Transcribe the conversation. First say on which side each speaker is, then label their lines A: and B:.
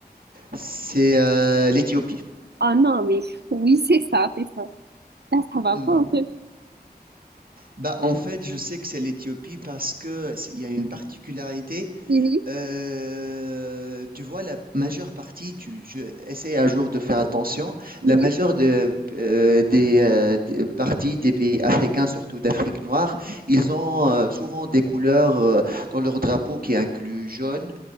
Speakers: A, on the right; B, on the right.
A: C'est euh, l'Éthiopie.
B: Ah non, mais oui, c'est ça, c'est ça. Ça, ça
A: Hmm.
B: va pas, en fait.
A: Bah, en fait, je sais que c'est l'Éthiopie parce que c'est- il y a une particularité,
B: Mhm,
A: Heu, tu vois, la majeure partie, tu je essaie un jour de faire attention.
B: mhm.
A: La majeure de heu, des, heu, des parties des pays africains, surtout d'Afrique noire, ils ont, heu, souvent des couleurs, heu, dans leur drapeau qui incluent jaune,